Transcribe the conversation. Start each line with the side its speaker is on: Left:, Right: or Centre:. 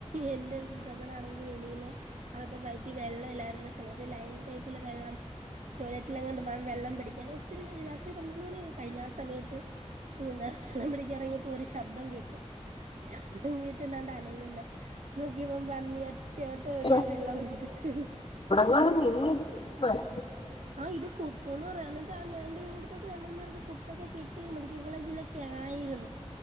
Right: എന്റെ ബ്രദറാണെങ്കിൽ വെളിയില് അകത്തെ പൈപ്പിൽ വെള്ളം ഇല്ലായിരുന്ന സമയത്ത് ലൈൻ പൈപ്പിലെ വെള്ളം ടോയ്ലറ്റിൽങ്ങാണ്ട്ന്നാണ് വെള്ളം പിടിക്കണു ത്തിരി ത്തിരി രാത്രി പന്ത്രണ്ട് മണിയൊക്കെ കഴിഞ്ഞ ആ സമയത്ത് ഉം വെള്ളം പിടിക്കാൻ ഇറങ്ങിയപ്പോ ഒരു ശബ്ദം കേട്ട്. ശബ്ദം കേട്ട്ന്നാണ്ടനങ്ങ്ന്ന് നോക്കിയപ്പം പന്നി ചേട്ടോടി
Left: അയ്യോ
Right: ആ വെള്ളം അവിടെട്ടിട്ട്
Left: <unintelligible> പ്പൊവരാ
Right: ആ ഇത്ത്തുന്ന് പറയാം എന്നി്ട്ടാ ഞ എൻന്റെ വീടുത്തൊക്ക രണ്ട മൂന്നേർക്ക് കുത്തൊക്കെ കിട്ട മെഡിക്കൽ കോളേജിലെ ഒക്ക ആയിരുന്നു